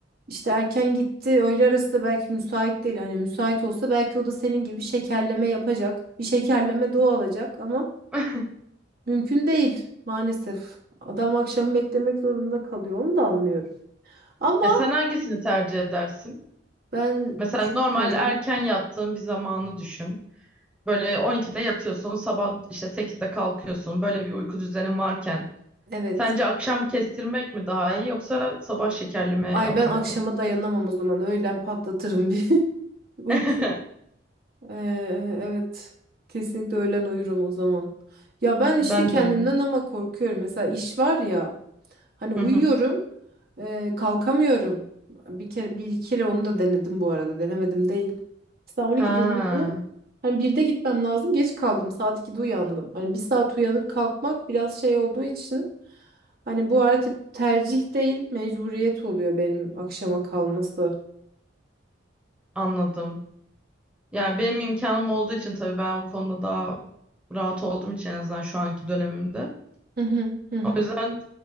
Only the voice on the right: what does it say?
İşte erken gitti. Öğle arası da belki müsait değil. Hani müsait olsa belki o da senin gibi şekerleme yapacak. Bir şekerleme doğa alacak ama
mümkün değil maalesef. Adam akşamı beklemek zorunda kalıyor. Onu da anlıyorum. Ama
ben
düşünüyorum.
Evet.
Ay
ben akşama
dayanamam o zaman. Öğlen patlatırım bir <laughs> uyku.
Ee, evet. Kesinlikle öğlen uyurum o zaman. Ya ben işte
kendimden
ama korkuyorum. Mesela iş var ya. Hani uyuyorum.
e, kalkamıyorum. Bir kere bir iki kere onu da denedim bu arada. Denemedim değil. Mesela 12'de
uyudum. Hani 1'de gitmem lazım. Geç kaldım. Saat 2'de uyandım. Hani bir saat uyanıp kalkmak biraz şey olduğu için hani bu artık tercih değil, mecburiyet oluyor benim akşama kalması.
Hı hı hı hı.